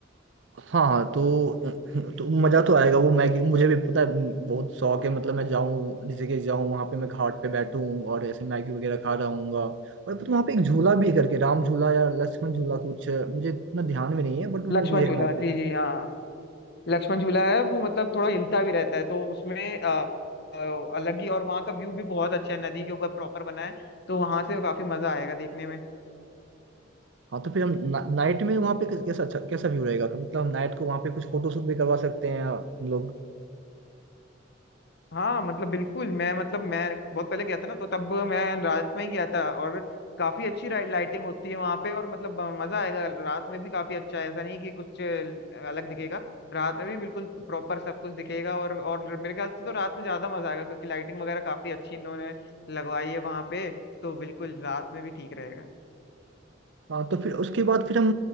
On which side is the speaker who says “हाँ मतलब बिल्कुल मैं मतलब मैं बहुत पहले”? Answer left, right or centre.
Left